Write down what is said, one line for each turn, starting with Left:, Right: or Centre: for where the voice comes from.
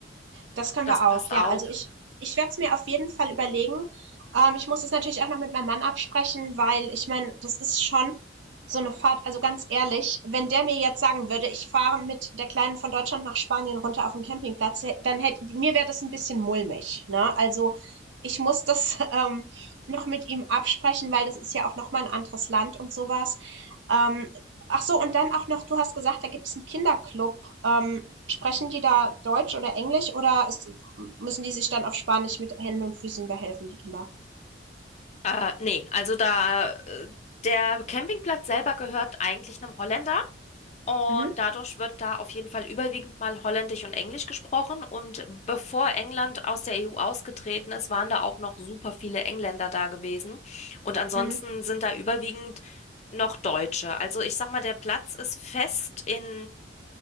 Right: das können
Left: Das
Right: wir
Left: passt
Right: auch. Ja,
Left: auch.
Right: also ich ich werde es mir auf jeden Fall überlegen. Ähm, ich muss es natürlich auch noch mit meinem Mann absprechen, weil ich meine, das ist schon so eine Fahrt. Also ganz ehrlich, wenn der mir jetzt sagen würde, ich fahre mit der Kleinen von Deutschland nach Spanien runter auf den Campingplatz, hä- dann hätte mir wäre das ein bisschen mulmig, ne? Also ich muss das <laughs> ähm, noch mit ihm absprechen, weil das ist ja auch noch mal ein anderes Land und sowas. Ähm, Ach so, und dann auch noch, du hast gesagt, da gibt es einen Kinderclub. Ähm, sprechen die da Deutsch oder Englisch oder ist müssen die sich dann auf Spanisch mit Händen und Füßen behelfen, die Kinder?
Left: Äh, nee, also da, äh, der Campingplatz selber gehört eigentlich einem Holländer. Und
Right: Mhm,
Left: dadurch wird da auf jeden Fall überwiegend mal Holländisch und Englisch gesprochen. Und bevor England aus der EU ausgetreten ist, waren da auch noch super viele Engländer da gewesen. Und ansonsten
Right: mhm,
Left: sind da überwiegend noch Deutsche. Also ich sag mal, der Platz ist fest in